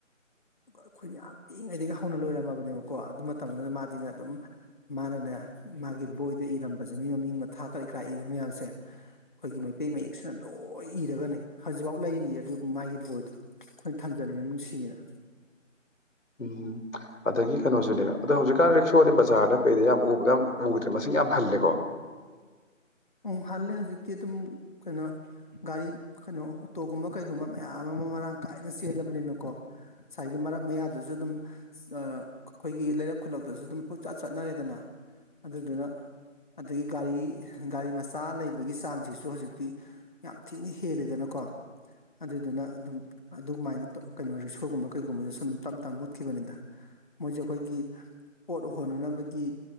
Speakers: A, on the left (about 35°); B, on the left (about 75°).
A: ꯑꯩꯈꯣꯏꯅ ꯌꯥꯝ ꯄꯤꯛꯏꯉꯩꯗꯒꯤ ꯍꯧꯅ ꯂꯣꯏꯔꯝꯃꯕꯅꯦꯕꯀꯣ ꯑꯗꯨ ꯃꯇꯝꯗꯨꯗ ꯃꯥꯗꯤꯅꯦ ꯑꯗꯨꯝ ꯃꯥꯅꯅꯦ ꯃꯥꯒꯤ ꯕꯣꯏꯗ ꯏꯔꯝꯕꯁꯦ ꯃꯤ ꯃꯃꯤꯡ ꯃꯊꯥ ꯀꯔꯤ ꯀꯌꯥ ꯏꯕ ꯃꯌꯥꯝꯁꯦ ꯑꯩꯈꯣꯏꯒꯤ ꯃꯩꯇꯩ ꯃꯌꯦꯛꯁꯤꯅ ꯂꯣꯏ ꯏꯔꯒꯅꯤ ꯍꯧꯖꯤꯛꯐꯥꯎ ꯂꯩꯔꯤ ꯑꯗꯨ ꯃꯥꯒꯤ ꯕꯣꯏꯗꯣ ꯑꯩꯈꯣꯏꯅ ꯊꯝꯖꯜꯂꯤꯅ ꯅꯨꯡꯁꯤꯌꯦꯅ
B: ꯎꯝ ꯑꯗꯒꯤ ꯀꯩꯅꯣꯁꯨꯅꯦ ꯑꯗꯣ ꯍꯧꯖꯤꯛꯀꯥꯟ ꯔꯤꯛꯁꯣꯗꯤ ꯕꯖꯥꯔꯗ ꯀꯩꯗ ꯌꯥꯝ ꯎꯕꯗꯣ ꯎꯗ꯭ꯔꯦ ꯃꯁꯤꯡ ꯌꯥꯝ ꯍꯜꯂꯦꯀꯣ
A: ꯎꯝ ꯍꯜꯂꯦ ꯍꯧꯖꯤꯛꯇꯤ ꯑꯗꯨꯝ ꯀꯩꯅꯣ ꯒꯥꯔꯤ ꯀꯩꯅꯣ ꯑꯣꯇꯣꯒꯨꯝꯕ ꯀꯩꯒꯨꯝꯕ ꯃꯌꯥꯝ ꯑꯃ ꯃꯔꯥꯡ ꯀꯥꯏꯅ ꯆꯦꯜꯂꯕꯅꯤꯅꯀꯣ ꯉꯁꯥꯏꯒꯤ ꯃꯔꯛ ꯃꯌꯥꯗꯨꯁꯨ ꯑꯗꯨꯝ ꯑꯥ ꯑꯩꯈꯣꯏꯒꯤ ꯂꯩꯔꯛ ꯈꯨꯜꯂꯛꯇꯁꯨ ꯑꯗꯨꯝ ꯄꯪꯆꯠ ꯆꯠꯅꯔꯦꯗꯅ ꯑꯗꯨꯗꯨꯅ ꯑꯗꯒꯤ ꯒꯥꯔꯤ ꯒꯥꯔꯤ ꯃꯆꯥ ꯂꯩꯕꯒꯤ ꯆꯥꯡꯁꯤꯁꯨ ꯍꯧꯖꯤꯛꯇꯤ ꯌꯥꯝ ꯊꯤꯅ ꯍꯦꯜꯂꯦꯗꯅꯀꯣ ꯑꯗꯨꯗꯨꯅ ꯑꯗꯨꯝ ꯑꯗꯨꯃꯥꯏꯅ ꯀꯩꯅꯣ ꯔꯤꯛꯁꯣꯒꯨꯝꯕ ꯀꯩꯒꯨꯝꯕꯁꯦ ꯁꯨꯝ ꯇꯞ ꯇꯞꯅ ꯃꯨꯠꯈꯤꯕꯅꯤꯗ ꯃꯣꯏꯁꯦ ꯑꯩꯈꯣꯏꯒꯤ ꯄꯣꯠ ꯍꯣꯟꯅꯅꯕꯒꯤ